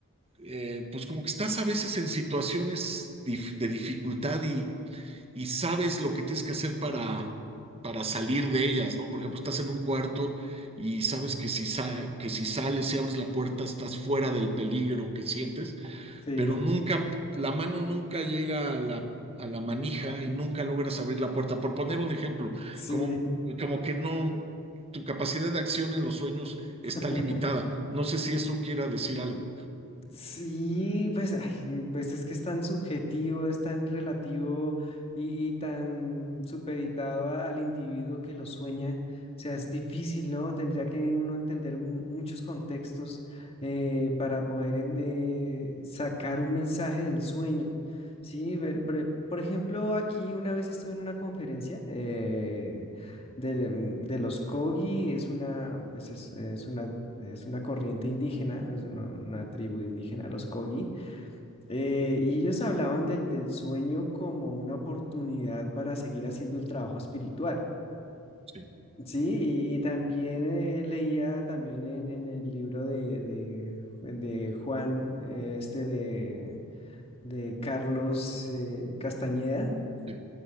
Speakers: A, on the right (about 25°); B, on the left (about 25°).
A: eh, pues como que estás a veces en situaciones dif- de dificultad y, y sabes lo que tienes que hacer para, para salir de ellas, ¿no? Por ejemplo, estás en un cuarto y sabes que si, sa- que si sales y abres la puerta estás fuera del peligro que sientes,
B: Sí,
A: pero nunca, la mano nunca llega a la, a la manija y nunca logras abrir la puerta. Por poner un ejemplo,
B: sí.
A: como, como que no, tu capacidad de acción en los sueños está
B: <laughs>
A: limitada. No sé si eso quiera decir algo.
B: Sí, pues, ay, mm, pues es que es tan subjetivo, es tan relativo y, y tan supeditado a- al individuo que lo sueña. O sea, es difícil, ¿no? Tendría que uno entender mu- muchos contextos eh, para poder en- eh, sacar un mensaje del sueño. Sí, Ver- pre- por ejemplo, aquí una vez estuve en una conferencia eh, de, de los Kogi, es una, pues es, es una es una corriente indígena, es una, una tribu indígena, los Kogi, eh, y ellos hablaban del, del sueño como una oportunidad para seguir haciendo el trabajo espiritual.
A: Sí,
B: Sí, y, y también eh, leía también en, en el libro de, de- de Juan, eh, este de, de Carlos eh, Castañeda,
A: sí.